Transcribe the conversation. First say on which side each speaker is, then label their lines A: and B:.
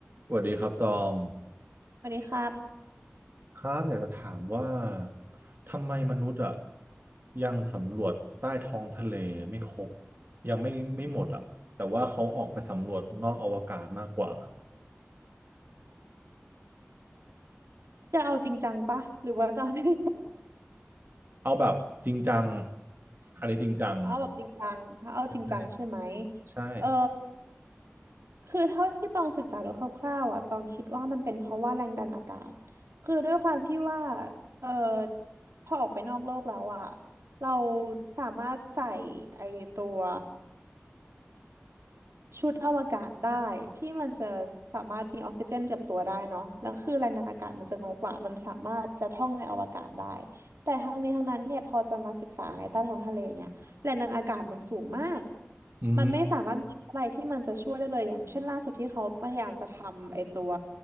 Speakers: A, on the right; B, on the right.
A: สวัสดีครับตอง
B: วันนี้ครับ
A: ครับอยากจะถามว่าทำไมมนุษย์อ่ะยังสำรวจใต้ท้องทะเลไม่ครบยังไม่ไม่หมดอ่ะแต่ว่าเขาออกไปสำรวจนอกอวกาศมากกว่า
B: จะเอาจริงจังปะหรือว่าจะเอาเล่น
A: เอาแบบจริงจังอันนี้จริงจัง
B: ๆ <laughs> เอาแบบจริงจังถ้าเอาจริงจังใช่ไหม
A: ใช่ใช่
B: เออคือเท่าที่ต้องศึกษาดูคร่าวๆอ่ะต้องคิดว่ามันเป็นเพราะว่าแรงดันอากาศคือด้วยความที่ว่าเออพอออกไปนอกโลกแล้วอ่ะเราสามารถใส่ไอตัว ชุดอวกาศได้ที่มันจะสามารถมีออกซิเจนกับตัวได้เนาะแล้วคือแรงดันอากาศมันจะน้อยกว่ามันสามารถจะท่องในอวกาศได้แต่ทั้งนี้ทั้งนั้นเนี่ยพอจะมาศึกษาในใต้ท้องทะเลเนี่ยแรงดันอากาศมันสูงมาก
A: อืม
B: มันไม่สามารถมีอะไรที่มันจะช่วยได้เลยอย่างเช่นล่าสุดที่เขาพยายามจะทำไอตัว